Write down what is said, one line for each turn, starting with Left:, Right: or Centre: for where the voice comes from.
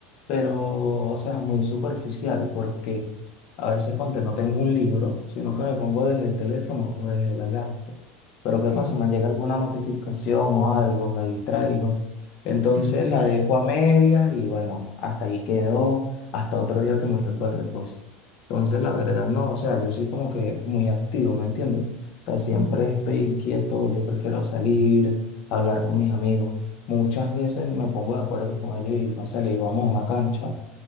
Left: pero, o sea, muy superficial, porque a veces ponte, no tengo un libro, sino que me pongo desde el teléfono o desde la laptop. Pero ¿qué
Right: sí,
Left: pasa? Me llega alguna notificación o algo, me distraigo. Entonces
Right: ya está
Left: la
Right: ahí.
Left: dejo a medias y bueno, hasta ahí quedó, hasta otro día que me recuerde, pues. Entonces la verdad no, o sea, yo soy como que muy activo, ¿me entiendes? O sea, siempre
Right: Mm,
Left: estoy inquieto, yo prefiero salir, hablar con mis amigos. Muchas veces me pongo de acuerdo con ellos y entonces le digo, vamos a una cancha,